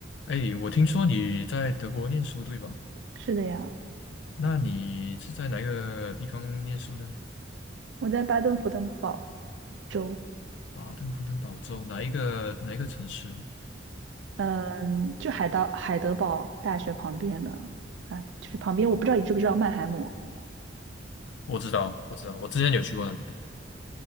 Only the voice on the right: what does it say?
是的呀，
我在巴登符登堡州，
嗯，就海到海德堡大学旁边的啊，就是旁边，我不知道你知不知道曼海姆